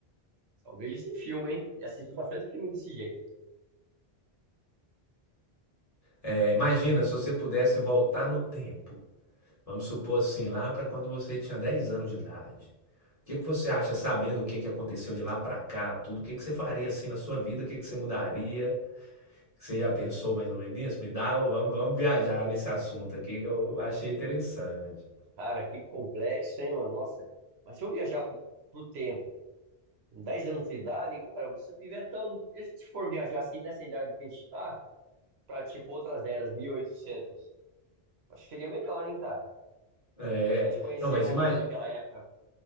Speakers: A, on the right; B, on the left.
A: só vejo isso em filme, hein? E assisto bastante filme desse jeito.
B: É, imagina se você pudesse voltar no tempo. Vamos supor assim, lá para quando você tinha 10 anos de idade. O que, que você acha, sabendo o que, que aconteceu de lá para cá, tudo? O que, que você faria assim na sua vida? O que, que você mudaria? Você já pensou mais ou menos nisso? Me dá, vamos, vamos viajar nesse assunto aqui que eu achei interessante.
A: Cara, que complexo, hein, mano? Nossa. Mas se eu viajar pro, pro tempo, com 10 anos de idade, cara, você tiver tão. E se a gente for viajar assim nessa idade que a gente tá, pra tipo outras eras, 1800 acho que seria melhor, hein, cara?
B: É,
A: Pra gente conhecer
B: não, mas
A: out-
B: imagina.
A: aquela época.